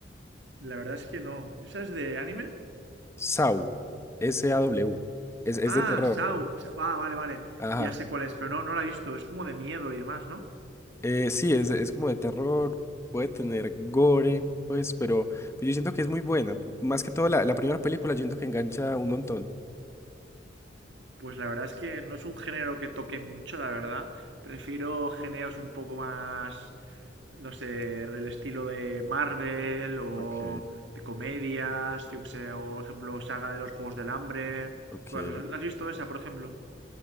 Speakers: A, on the right; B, on the left.
A: La verdad es que no. ¿Esa es de anime?
B: Saw. S-A-W. Es, es
A: Ah,
B: de terror.
A: Sao. Ah, vale, vale.
B: Ajá.
A: Ya sé cuál es, pero no, no la he visto. Es como de miedo y demás, ¿no?
B: Eh, sí, es, es como de terror. Puede tener gore, pues, pero, pero yo siento que es muy buena. Más que todo, la, la primera película, yo siento que engancha un montón.
A: Pues la verdad es que no es un género que toque mucho, la verdad. Prefiero géneros un poco más, no sé, del estilo de Marvel o
B: Ok,
A: de comedias, yo que sé, o por ejemplo, saga de los Juegos del Hambre.
B: ok.
A: ¿Cuál- ¿Has visto esa, por ejemplo?